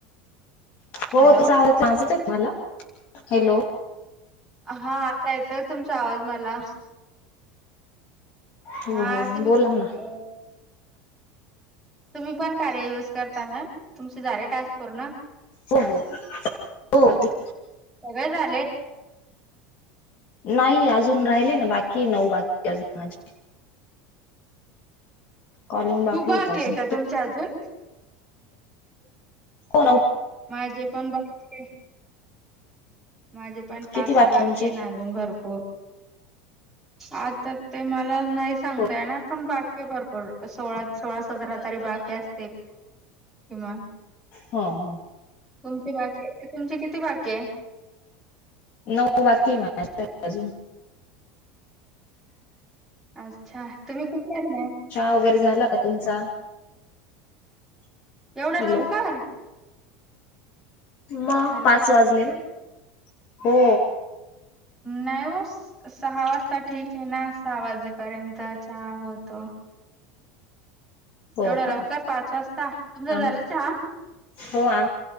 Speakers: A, on the left; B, in the centre.
A: हो
B: हॅलो
A: तुझ आव आवाज येतोय तुम्हाला हॅलो,
B: हा आता येतोय तुमचा आवाज मला
A: हो
B: हा
A: हो
B: तूम्ही
A: बोला ना
B: अ तुम्ही पण कार्या यूज करता ना तुमचे झाले टास्क पूर्ण?
A: हो हो हो त
B: सगळे झाले.
A: नाही अजून राहिले. ना बाकी नऊ बाकी अजून माझी कॉलिंग
B: खूप बाकी
A: आहेत अजून
B: आहे का तुमचे अजून
A: हो ना
B: माझे पण बाकी माझे पण टास्क
A: किती
B: बाकी
A: तुमचे
B: ये ना अजून भरपूर आता ते मला नाही सांगता
A: हो
B: येणार पण बाकी भरपूर सोळा सोळा सतरा तरी बाकी असतील किमान
A: हा हा
B: तुमची बाकी तुमची किती बाकी आहे?
A: नऊ बाकी माझे
B: अच्छा तुम्ही कुठल्या आहे?
A: चहा वगैरे झाला का तुमचा?
B: एवढं
A: हॅलो
B: लवकर,
A: मग
B: हॅलो
A: पाच वाजले हो.
B: नाही, हो सहा वाजता ठीक ना सहा वाजेपर्यंत चहा होतो.
A: हो
B: एवढं
A: का
B: लवकर पाच वाजता तुमचं
A: आम
B: झालं चहा
A: हो आ